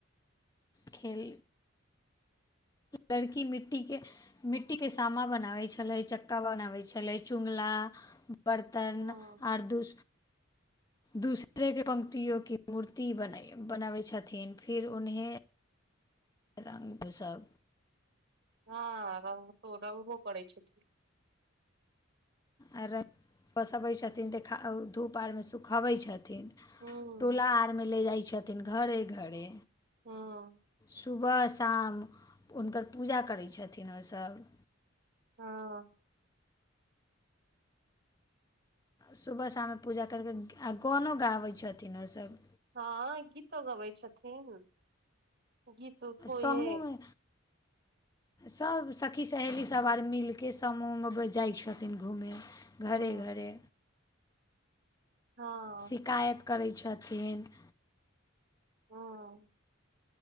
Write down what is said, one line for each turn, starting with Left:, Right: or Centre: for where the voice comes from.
Left: खेल लड़की मिट्टी के मिट्टीके सामा बनाबय छलै चक्का बनाबै छलै चुगला बर्तन
Right: हँ
Left: ओर दु दूसरे के पंक्तियों के मूर्ति बनाबय छथिन फिर उन्हे रङ्ग पोशाक
Right: हँ रंग त रंगबो पड़ै छय <unintelligible>
Left: आ पोसबैत छथिन देख धूप आर मेंसुखाबैत छथिन छथिन
Right: हूँ
Left: टोला आर में ले जाइ छथिन घरे घरे
Right: हँ
Left: सुबह शाम हुनकर पूजा करय छथिन ओसभ
Right: हाँ
Left: सुबह शाममे पूजा करि कऽ आ गानो गाबै छथिन ओसब
Right: हँ गीतो गबय छथिन गीत उत होइ
Left: समूहमे
Right: हे
Left: सभ सखी सहेलीसभ आर मिलि कऽ समूह में जाइ छथिन घूमय घरे
Right: हँ
Left: घरे
Right: हँ
Left: शिकायत करै छथिन
Right: हँ